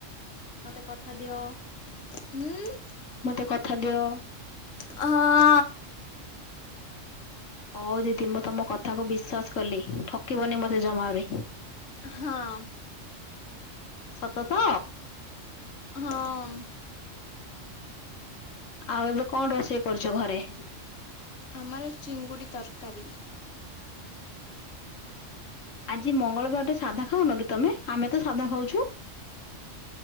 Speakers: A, on the left (about 75°); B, on the left (about 55°).
A: ମତେ କଥା ଦିଅ।
B: ଉଁ।
A: ମତେ କଥା ଦିଅ।
B: ହଁ।
A: ହଉ ଦିଦି ମୁଁ ତମ କଥାକୁ ବିଶ୍ଵାସ କଲି ଠକିବନି ମତେ ଜମାବି।
B: ହଁ।
A: ସତତ?
B: ହଁମ୍।
A: ଆଉ ଏବେ କଣ ରୋଷେଇ କରୁଛ ଘରେ?
B: ଆମର ଚିଙ୍ଗୁଡ଼ି ତରକାରୀ।
A: ଆଜି ମଙ୍ଗଳବାରଟା ସାଧା ଖାଉନ କି ତମେ? ଆମେ ତ ସାଧା ଖାଉଛୁ।